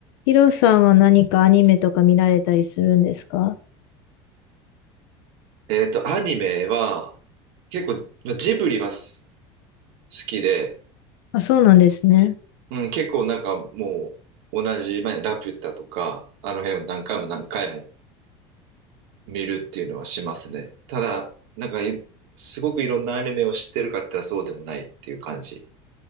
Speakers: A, on the left; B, on the right.
A: ヒロさんは何かアニメとか見られたりするんですか
B: えっと、アニメは、結構、まあジブリはす好きで、
A: あ、そうなんですね。
B: うん、結構なんかもう、同じ、まあ、ラピュタとか、あの辺を何回も何回も見るっていうのはしますね。ただ、なんかい、すごくいろんなアニメを知ってるかって言ったらそうでもないっていう感じ。